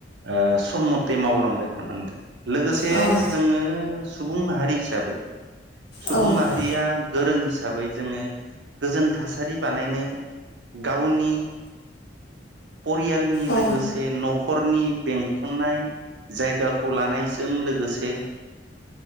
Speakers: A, on the right (about 80°); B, on the left (about 70°).
A: ओ सम मथे मावलांबाय थानांगोन लोगोसे
B: औ
A: जोङो सुबुं हारि हिसाबै सुबुं
B: औ
A: माहारिया गोरों हि हिसाबै जोङो गोजोन थासारि बानायनो गावनि परियालनि
B: औ
A: लोगोसे न'खरनि बेंखननाय जायगाखौ लानायजों लोगोसे